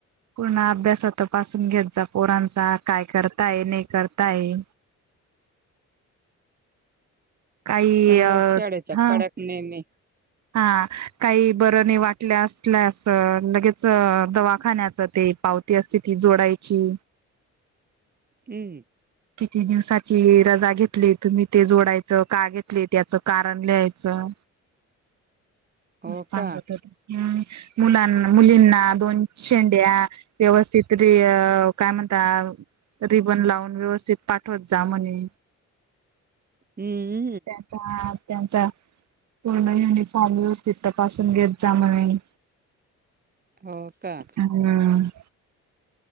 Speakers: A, on the right; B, on the right.
A: पूर्ण अभ्यास तर पासून घेत जा पोरांचा काय करताय नाही करताय काही
B: चांगला
A: अ
B: शाळेचा
A: हा
B: कडाक नेहमी
A: हा काही बरं नाही वाटल्या असल्याचं लगेच दवाखान्याचं ते पावती असते ती जोडायची
B: हम
A: किती दिवसाची रजा घेतली तुम्ही ते जोडायचं का घेतले त्याचं कारण लिहायचं
B: हो
A: म चांगत
B: का
A: हो हम् मुलांना मुलींना दोन शेंड्या व्यवस्थित रि काय म्हणता रिबन लावून व्यवस्थित ज पाठवत जा म्हणे
B: हम्म
A: त्यांचा त्यांचा पूर्ण युनिफॉर्म व्यवस्थित तपासून घेत जा म्ह
B: हो का
A: हम्म